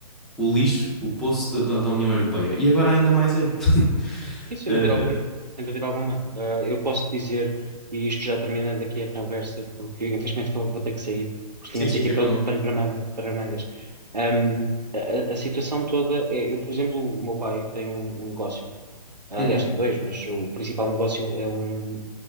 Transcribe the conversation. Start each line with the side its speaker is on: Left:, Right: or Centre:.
Centre: o lixo, o poço da, da- da União Europeia. E agora ainda mais é. <laughs>
Right: Sim, sem
Centre: Eh,
Right: dúvida alguma. Sem dúvida alguma. Ah, eu posso dizer, e isto já terminando aqui a conversa, porque infelizmente vou, vou ter que sair, porque tínhamos
Centre: sim, sim,
Right: aqui
Centre: sem
Right: pano,
Centre: problema.
Right: pano para, manga- para mangas. Ahm, a, a- a situação toda é, eu, por exemplo, o meu pai tem um um negócio. Aliás,
Centre: Uhum,
Right: tem dois, mas o principal negócio é um